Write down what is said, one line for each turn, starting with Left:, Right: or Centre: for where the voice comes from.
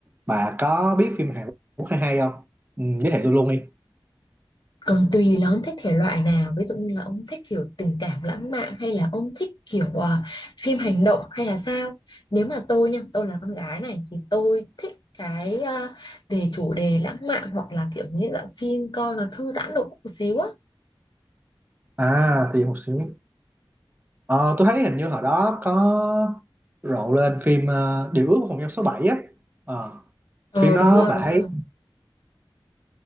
Right: bà có biết phim Hàn Quốc hay hay không ừ, giới thiệu tôi luôn đi
Left: còn tùy là ông thích thể loại nào ví dụ như là ông thích kiểu tình cảm lãng mạn hay là ông thích kiểu à, phim hành động hay là sao nếu mà tôi nha tôi là con gái này thì tôi thích cái à, về chủ đề lãng mạn hoặc là kiểu như dạng phim coi nó thư giãn độ một xíu á
Right: à thì một xíu Ờ, tôi thấy hình như hồi đó có rộ lên phim ờ, Điều ước của phòng giam số bảy á Ờ,
Left: ờ
Right: phim đó
Left: đúng rồi
Right: bà
Left: đúng
Right: thấy
Left: rồi